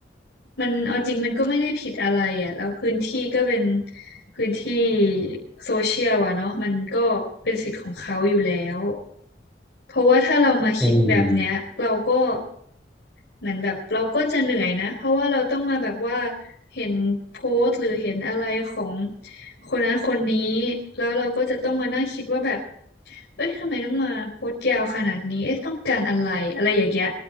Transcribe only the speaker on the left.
มันเอาจริงมันก็ไม่ได้ผิดอะไรอ่ะแล้วพื้นที่ก็เป็นพื้นที่โซเชียลอ่ะเนาะมันก็เป็นสิทธิ์ของเขาอยู่แล้ว เพราะว่าถ้าเรามาคิดแบบเนี้ยเราก็
เหมือนแบบเราก็จะเหนื่อยนะเพราะว่าเราต้องมาแบบว่าเห็นโพสต์หรือเห็นอะไรของคนนั้นคนนี้แล้วเราก็จะต้องมานั่งคิดว่าแบบเอ้ยทำไมต้องมาโพสต์ยาวขนาดนี้เอ๊ะต้องการอะไรอะไรอย่างเงี้ย